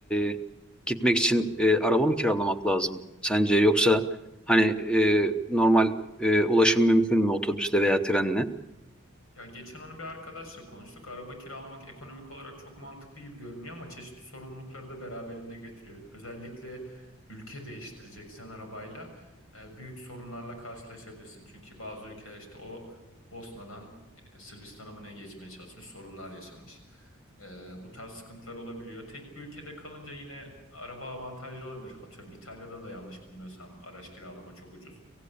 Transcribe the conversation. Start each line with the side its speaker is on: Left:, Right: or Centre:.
Centre: e, gitmek için e, araba mı kiralamak lazım sence? Yoksa hani e, normal e, ulaşım mümkün mü otobüsle veya trenle?
Left: Ya geçen onu bir arkadaşla konuştuk. Araba kiralamak ekonomik olarak çok mantıklı gibi görünüyor ama çeşitli sorumlulukları da beraberinde getiriyor. Özellikle ülke değiştireceksen arabayla e, büyük sorunlarla karşılaşabilirsin. Çünkü bazı ülkeler işte o Bosna'dan e, Sırbistan'a mı ne geçmeye çalışmış sorunlar yaşamış. E, bu tarz sıkıntılar olabiliyor. Tek bir ülkede kalınca yine araba avantajlı olabilir. Atıyorum İtalya'da da yanlış bilmiyorsam araç kiralama çok ucuz.